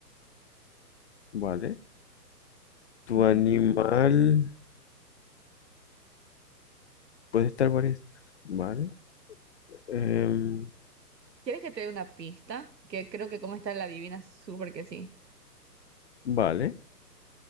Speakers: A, on the left; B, on the right.
A: Vale. ¿Tu
B: <laughs>
A: animal puede estar varias... Vale. Em,
B: ¿Quieres que te dé una pista? Que creo que como está la adivina, súper que sí.
A: vale.